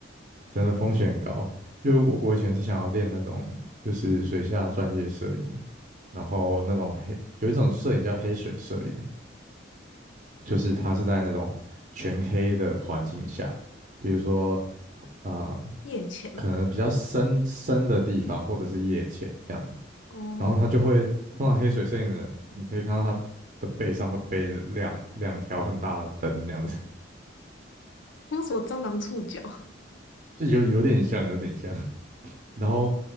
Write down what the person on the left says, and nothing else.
夜潜嘛，
哦，
那什么蟑螂触角，